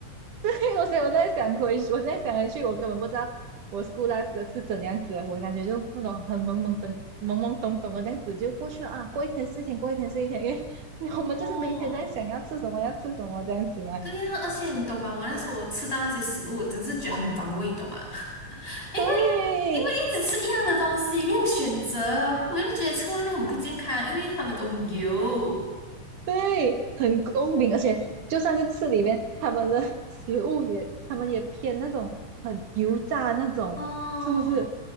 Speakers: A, on the right; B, on the left.
A: <laughs> 我所以我在想回去，我现在想回去，我根本不知道我 school life 的是怎样子我感觉就那种很懵懵懂懵懵懂懂的这样子就过去了啊，过一天是一天，过一天是一天，因为我们就是每一天在想要吃什么，
B: 哦，
A: 要吃什么这样子嘛。
B: 对呀、而且你懂吗？我那时候我吃到那些食物，我真是觉得很反胃，你懂吗？因为因为一直吃一样的东西，
A: 对，
B: 没有选择，然后我又觉得吃外面很不健康，因为他们都很油。
A: 对，很公平，而且就算是吃里面，他们的 <laughs> 食物也，他们也偏那种很油炸那种，
B: 哦，
A: 是不是？